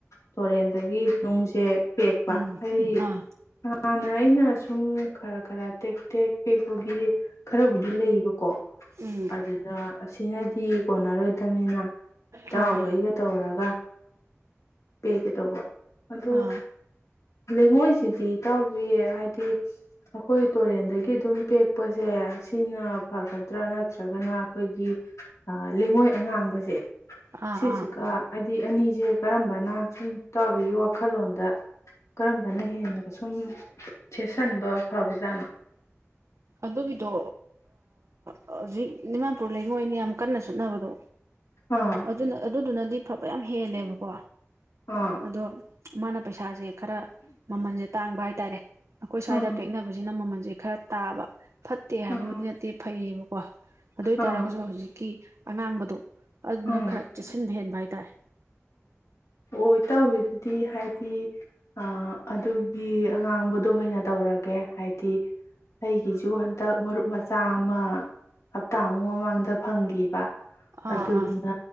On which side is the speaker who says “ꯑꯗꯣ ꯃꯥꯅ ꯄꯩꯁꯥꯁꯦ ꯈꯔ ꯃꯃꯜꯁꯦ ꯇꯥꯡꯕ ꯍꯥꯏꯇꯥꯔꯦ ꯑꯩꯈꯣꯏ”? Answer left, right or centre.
Right